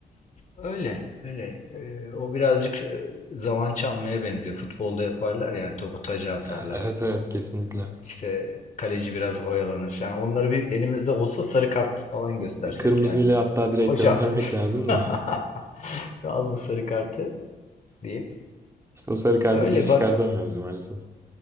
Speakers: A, on the left; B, on the right.
A: öyle öyle. E, o birazcık e, zaman çalmaya benziyor. Futbolda yaparlar yani topu taca atarlar.
B: <laughs> Evet evet kesinlikle.
A: İşte kaleci biraz oyalanır. Yani onları bir elimizde olsa sarı kart falan göstersek
B: Kırmızıyla
A: yani.
B: hatta
A: Hocam
B: direkt göndermek lazım
A: <laughs>
B: da. <laughs>
A: al bu sarı kartı. deyip
B: İşte o sarı kartı
A: öyle
B: biz
A: bak
B: çıkartamıyoruz maalesef.